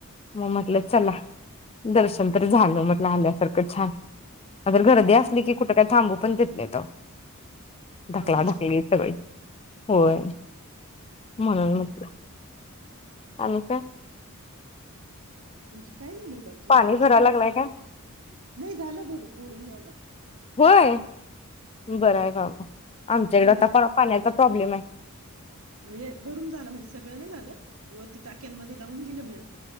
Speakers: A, on the left; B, on the right.
A: मग म्हटलं चला दर्शन तर झालं म्हटलं आल्यासारखं छान. अगर गर्दी असली
B: हं.
A: की कुठं काय थांबू पण देत नाय तो ढकला,
B: हां ना?
A: ढकली होय होय म्हणून म्हटलं आणि काय?
B: हु काय नाय बाई बाकी
A: पाणी
B: तुमचं
A: भरायला
B: काय
A: लागलाय
B: झालं नाय झालं भरून भरून झालं.
A: व्हय
B: हं.
A: बरंय बाबा आमच्याकड
B: नाही
A: परवा आता पाण्याचा प्रॉब्लेमय
B: व्हय भरून झालं म्हणजे सगळं नाय झालं वरती टाक्यांमध्ये लावून दिलं मी आत